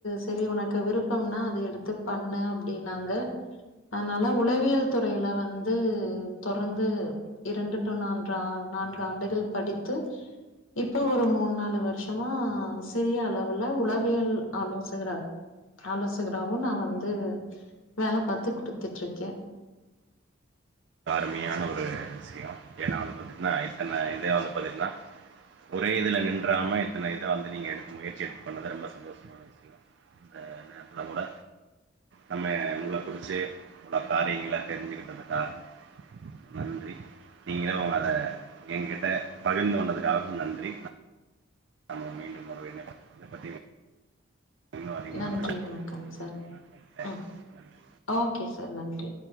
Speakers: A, on the left (about 80°); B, on the right (about 60°).
A: செரி உனக்கு விருப்பம்னா அதை எடுத்து பண்ணுனாங்க அப்டின்னாங்க அதனால உளவியல் துறையில வந்து தொடர்ந்து இரண்டு டு நான்குக நான்கு ஆண்டுகள் படித்து இப்ப ஒரு மூணு நாலு வருஷமா சிறிய அளவுல உளவியல் ஆலோசகரா ஆலோசகராவும் நான் வந்து வேல பாத்து குடுத்துட்டு இருக்கேன்
B: கம்மியான ஒரு விஷயம் ஏன்னா வந்து பாத்தீங்கன்னா இத்தன இத வந்து பாத்தீங்கன்னா ஒரே இதுல நின்றாம இத்தன இத வந்து நீங்க எடுக்க முயற்சி எடுத்து பண்ணது ரொம்ப சந்தோஷமான விஷயம் அந்த நேரத்துல கூட நம்ப உங்கள குறிச்சு காரியங்கள தெரிஞ்சுக்கிட்டந் நன்றி நீங்களும் அத எகிட்ட பகிர்ந்து கொண்டதுக்காகவும் நன்றி <unintelligible> பத்தி இன்னும் அதிகமான
A: நன்றி
B: ரொம்ப
A: வணக்கம் சார்
B: நன்றி. தேங்க்ஸ்.
A: ம்
B: நன்றி.
A: ஓகே சார் நன்றி